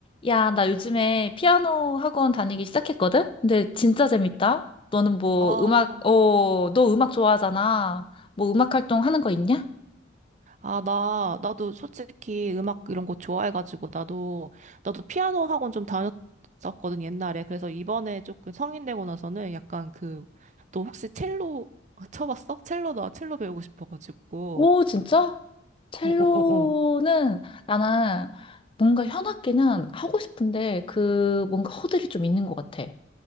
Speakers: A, on the left; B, on the right.
A: 야, 나 요즘에 피아노 학원 다니기 시작했거든? 근데 진짜 재밌다. 너는 뭐
B: 아,
A: 음악, 어, 너 음악 좋아하잖아. 뭐 음악 활동 하는 거 있냐?
B: 아, 나, 나도 솔직히 음악 이런 거 좋아해가지고, 나도, 나도 피아노 학원 좀 다녔었거든, 옛날에. 그래서 이번에 조금 성인 되고 나서는 약간 그, 너 혹시 첼로 <laughs> 쳐봤어? 첼로, 나 첼로 배우고 싶어가지고.
A: 오, 진짜? 첼로는
B: 어, 어, 어, 어.
A: 나는 뭔가 현악기는 하고 싶은데 그 뭔가 허들이 좀 있는 것 같아.